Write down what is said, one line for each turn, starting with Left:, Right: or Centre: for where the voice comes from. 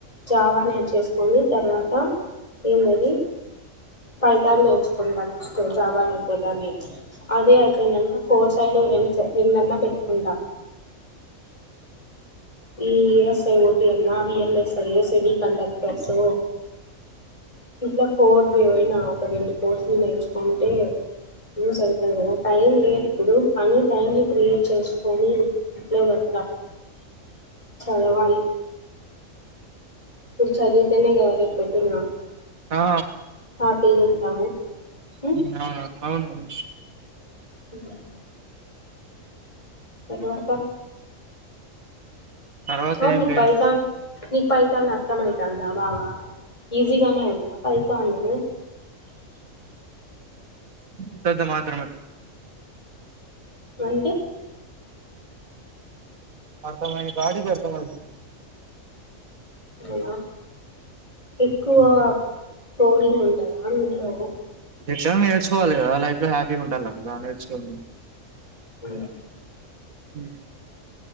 Left: జావా నేర్చుసుకొని తర్వాత ఎన్ దది ఫైతాన్ నేర్చుకుంటా జావా అయిపోతానే అదే అయిపోయినాకా కోర్ సైడ్ వెంచ్ రెండన్నా పెట్టుకుంట ఇ యస్ ఐ ఓ టీ అవి నావి ల్ I yes yes. Heavy conductors ఇట్లా. ఫోర్త్ పోయిన ఒక రెండు కోర్సులు నేర్చుకుంటే. ఇల్లు సరిపోదు గద టైర్ ఇదిప్పుదు కనీ. టైంని క్రియేట్ చేసుకొని, ఇట్లో గట్ల చదవాలి. ఇప్పుడు చదువుతేనా గదా రేపు పొద్దున్న.
Right: ఆ
Left: హ్యాపీ గ ఉంటాము. ఉమ్
Right: నా బాగుంటది.
Left: అ తర్వాత.
Right: తర్వాత
Left: అవును
Right: ఏం
Left: నీకు
Right: లేదు
Left: పైసా
Right: ఇంకా
Left: నీ పైసా నష్టమైతందా బావా ఈజీ. ఇట్లనే పైసా నేనే.
Right: అంతంతా మాత్రమే.
Left: మంటే.
Right: అర్థమయిన కాడికి అర్థమైతది.
Left: హలో. ఎక్కువ ప్రోడింగ్ ఉంటాయా ఇలో.
Right: ఎట్లానా నేర్చుకోలి కదా లైఫ్ లో హ్యాపీగా ఉండాలన్న కదా నేర్చుకోండి.
Left: <inaudible>
Right: హ